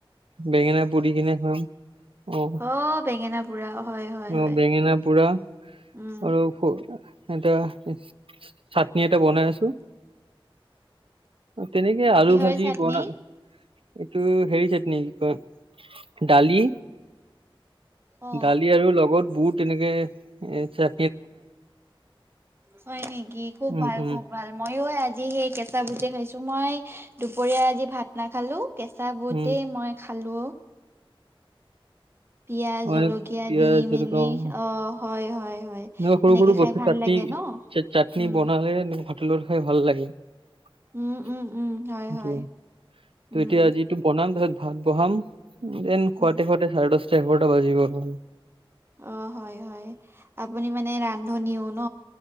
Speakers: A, on the right; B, on the right.
A: বেঙেনা পুৰি কিনে খাম। অহ'
B: অ বেঙেনা পুৰা হয় হয়
A: আ
B: হয়
A: বেঙেনা পোৰা
B: উম
A: আৰু স-এটা চা- চাটনি এটা বনাই আছো তেনেকে আলু
B: কিহৰ
A: ভাজি
B: চাটনি
A: বনা এইটো হেৰি চাটনি কি কয়, দালি
B: অ
A: দালি আৰু লগত বুট এনেকে এ চা
B: হয় নেকি? খুব
A: উম
B: ভাল
A: উম
B: খব ভাল ময়ো আজি সেই কেঁচা বুটে খাইছো। মই দুপৰীয়া আজি ভাত নাখালো। কেঁচা বুটেই
A: উম
B: মই খালোঁ। পিয়াজ,
A: অ
B: জলকীয়া
A: পিয়াজ
B: দি
A: জলকীয়া
B: মেলি অ' হয় হয় হয়।
A: এনেকুৱা সৰু
B: সেনেকে
A: সৰু বস্তু
B: খাই ভাল
A: চাটনি-
B: লাগে ন
A: চাটনি
B: উম
A: বনালে ভাতৰ লগত খাই ভাল লাগে। সেইটোৱে
B: উম উম উম হয় হয় উম
A: ত'এতিয়া আজি এইটো বনাম তাৰ পাছত ভাত বঢ়াম। দেন
B: উম
A: খুৱাওতে খুৱাওতে চাৰে দশটা এঘাৰটা বাজি গ'ল হ'ল।
B: অ' হয় হয়। আপুনি মানে ৰান্ধনীও ন?